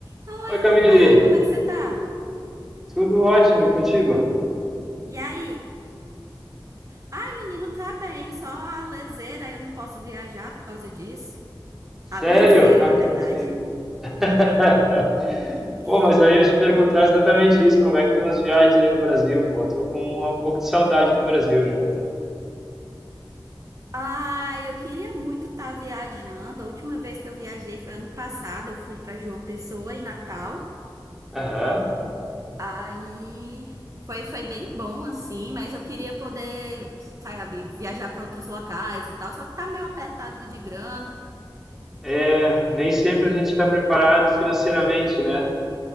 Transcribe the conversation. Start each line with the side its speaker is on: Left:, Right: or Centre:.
Right: Oi,
Centre: Oi, Camille,
Right: Rafael, como é que você tá?
Centre: tudo ótimo e contigo?
Right: E aí? Ai, menino, tá bem, só a leseira, eu não posso viajar por causa disso.
Centre: Sério?
Right: A liseira,
Centre: Eu Não
Right: na
Centre: acredito.
Right: verdade.
Centre: <laughs> Pô,
Right: É.
Centre: mas aí eu ia te perguntar exatamente isso, como é que estão as viagens aí no Brasil? Pô, tô com um pouco de saudade do Brasil já.
Right: Ai, eu queria muito estar viajando. A última vez que eu viajei foi ano passado, eu fui pra João Pessoa em Natal.
Centre: Aham.
Right: Aí foi, foi bem bom, assim, mas eu queria poder, sabe, viajar pra outros locais e tal, só que tá meio apertado de grana.
Centre: É, nem sempre a gente está preparado financeiramente, né,